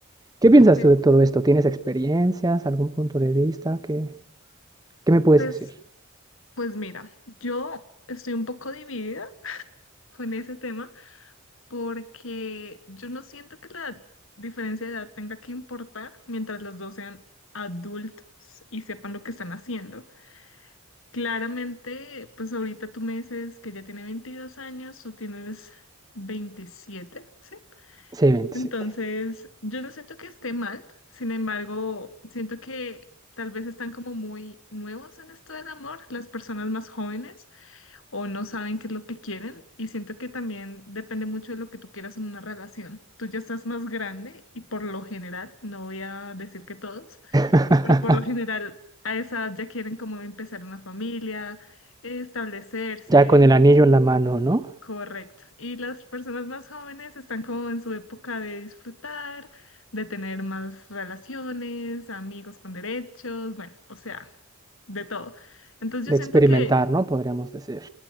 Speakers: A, on the right; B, on the left.
A: ¿qué piensas
B: ok.
A: tú de todo esto? ¿Tienes experiencias, algún punto de vista? ¿Qué, qué me puedes
B: Pues,
A: decir?
B: pues mira, yo estoy un poco dividida con ese tema porque yo no siento que la diferencia de edad tenga que importar mientras los dos sean adultos y sepan lo que están haciendo. Claramente, pues ahorita tú me dices que ya tiene 22 años, tú tienes 27, ¿sí?
A: Sí, 27.
B: Entonces, yo no siento que esté mal, sin embargo, siento que tal vez están como muy nuevos en esto del amor, las personas más jóvenes, o no saben qué es lo que quieren, y siento que también depende mucho de lo que tú quieras en una relación. Tú ya estás más grande y por lo general, no voy a decir que todos,
A: <laughs>
B: pero por lo general a esa edad ya quieren como empezar una familia, establecerse,
A: Ya con el anillo en la mano, ¿no?
B: Correcto. Y las personas más jóvenes están como en su época de disfrutar, de tener más relaciones, amigos con derechos, bueno, o sea, de todo. Entonces
A: De
B: yo siento
A: experimentar,
B: que,
A: ¿no? Podríamos decir.